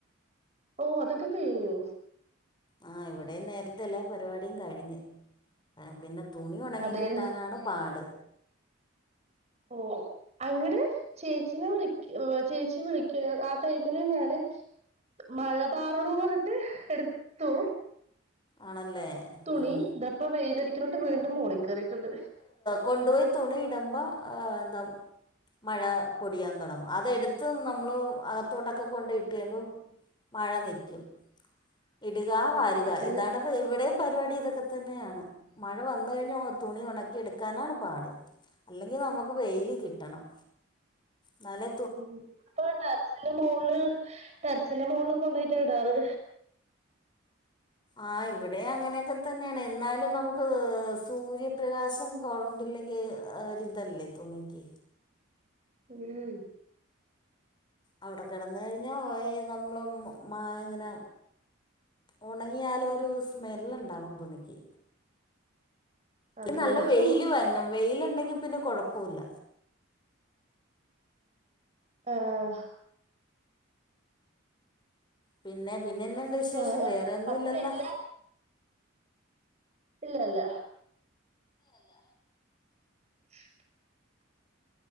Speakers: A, on the right; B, on the left.
A: ഓഹ് അതൊക്കെ കഴിഞ്ഞു
B: ആഹ് ഇവിടെയും നേരത്തെ എല്ലാ പരിപാടിയും കഴിഞ് പിന്നെ തുണി ഒണങ്ങി
A: അതേലെ
B: കിട്ടാനാണ് പാട്
A: ഓഹ് അങ്ങട് ചേച്ചിനെ വിളിക്കും ചേച്ചി വിളിക്ക ആ ടൈമില് ഞാന് മഴ പാറണു പറഞ്ട്ട് എടുത്തു
B: ആണല്ലേ
A: തുണി
B: ഉം
A: ഇതപ്പ വെയിലടിക്കുന്നോട്ട് വീണ്ടും മോളി കയറിയിട്ടുണ്ട്
B: കൊണ്ടോയി തുണി ഇടമ്പോ എന്താ മഴ പൊടിയാൻ തുടങ്ങും അതെടുത്ത് നമ്മൾ അകത്തോട്ടൊക്കെ കൊണ്ട് ഇട്ട് കഴിയുമ്പം മഴ നിക്കും ഇടുക
A: ഉം
B: വാരുക
A: അതന്നെ
B: ഇത് ഇന്നിപ്പോൾ ഇവിടെയും പരിപാടി ഇതൊക്കെ തന്നെയാണ് മഴ വന്ന് കഴിഞ്ഞൽ തുണി ഉണക്കി എടുക്കാനാണ് പാട് അല്ലെങ്കിൽ നമുക്ക് വെയില് കിട്ടണം ന്നാലെ
A: ഉം ഇപ്പോ ടെറിസിന്റെ മോളില് ടെറിസിന്റെ മോളിൽ കൊണ്ടോയിട്ട ഇടാറ്
B: ആഹ് ഇവിടെയും അങ്ങനെക്കെ തന്നെയാണ് എന്നാലും നമുക്ക് സൂര്യപ്രകാശം കൊണ്ടില്ലെങ്കിൽ ഏഹ് ഒരിതല്ലേ തുണിക്ക്
A: ഉം
B: അവിടെ കിടന്ന് കഴിഞ്ഞാൽ ഏഹ് നമ്മള് മഴ ഇങ്ങനെ ഉണങ്ങിയാലും ഒരു സ്മെല്ലുണ്ടാകും തുണിക്ക് അല്ലേൽ
A: അതെ
B: നല്ല വെയില്
A: ഉം
B: വരണം വെയിലുണ്ടെങ്കിൽ പിന്നെ കൊഴപ്പല്ല
A: ആഹ്
B: പിന്നെ പിന്നെന്തുണ്ട് വിശേഷം
A: ഞാന്
B: വേറെ ഒന്നുല്ലല്ലോ
A: അതിന് എല്ലാ ഇല്ല ഇല്ല
B: ഇല്ല ഇല്ല
A: <inaudible>